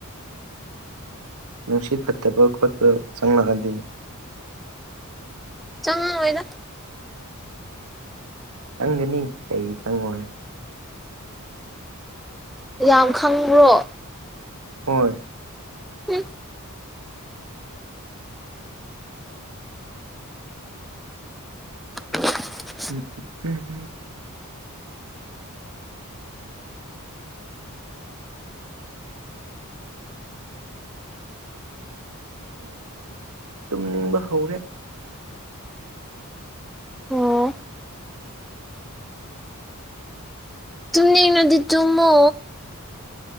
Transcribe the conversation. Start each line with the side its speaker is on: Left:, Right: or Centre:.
Right: ꯅꯨꯡꯁꯤꯠ ꯐꯠꯇꯕ ꯈꯣꯠꯄ ꯆꯪꯂꯛꯑꯗꯤ
Centre: ꯆꯪꯉꯛꯑꯣꯏꯗ
Right: ꯆꯪꯒꯅꯤ ꯀꯩꯒꯤ ꯆꯪꯉꯣꯏ
Centre: ꯌꯥꯝ ꯈꯪꯕ꯭ꯔꯣ
Right: ꯍꯣꯏ
Centre: ꯍꯨꯝ <inaudible>
Right: ꯎꯝ ꯎꯝꯝ ꯇꯨꯝꯅꯤꯡꯕ ꯍꯧꯔꯦ
Centre: ꯑꯣ ꯇꯨꯝꯅꯤꯡꯉꯗꯤ ꯇꯨꯃꯣ